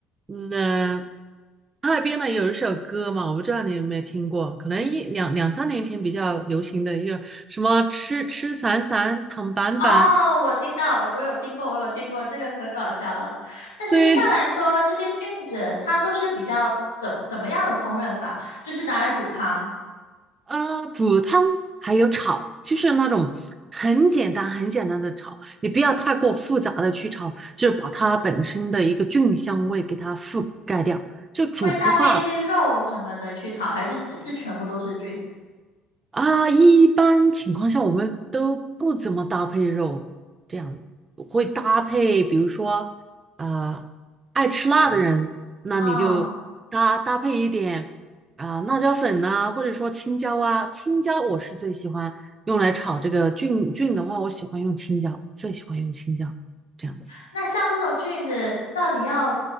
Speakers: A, on the right; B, on the left.
A: 嗯，呃哈尔滨呢有一首歌嘛，我不知道你有没有听过，可能一两两三年前比较流行的一个什么“吃吃散散躺板板”，
B: 哦，我听到，我我有听过，我有听过，这个可搞笑了。但是一般来说，
A: <laughs> 对，
B: 这些菌子它都是比较怎怎么样的烹饪法？就是拿来煮汤，
A: 呃，煮汤还有炒，就是那种很简单、很简单的炒，你不要太过复杂的去炒，就是把它本身的一个菌香味给它覆盖掉。就煮的话，
B: 会搭配一些肉什么的去炒，还是只是全部都是菌子？
A: 啊，一般情况下我们都不怎么搭配肉，这样会搭配，比如说，呃，爱吃辣的人，那你就搭搭配一点啊、
B: 啊？
A: 辣椒粉呐、或者说青椒啊，青椒我是最喜欢用来炒这个菌菌的话，我喜欢用青椒，最喜欢用青椒这样子。
B: 那像这种菌子，到底要